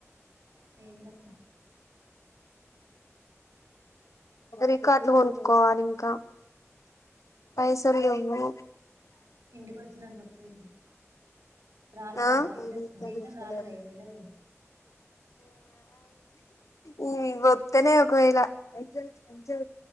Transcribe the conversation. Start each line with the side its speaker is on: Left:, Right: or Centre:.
Right: ఎంగతి
Left: రికార్డులు కొనుక్కోవాలి ఇంకా పైసలు లేవు
Right: ఇంటికి వచ్చినాక వత్తయితి రాలేదా
Left: ఆ
Right: పైస
Left: ద
Right: జీతం రాలేదా ఈ నెలది
Left: ఈ ఈ గత్తనే కోయిల మంచి